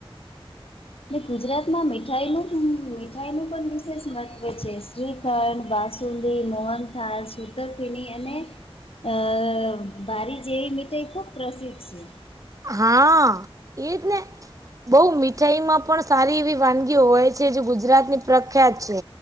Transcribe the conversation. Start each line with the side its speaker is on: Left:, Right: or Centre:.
Left: એટલે ગુજરાતમાં મીઠાઈનું મીઠાઈનું પણ વિશેષ મહત્વ છે. શ્રી ધન, બાસુંદી, મોહન થાલ, સુતરફેણી અને અ બારી જેવી મિઠાઈ ખુબ પ્રસિદ્ધ છે.
Right: હા... એ જ ને. બઉ મીઠાઈ માં પણ સારી એવી વાનગીઓ હોય છે. જે ગુજરાત ની પ્રખ્યાત છે.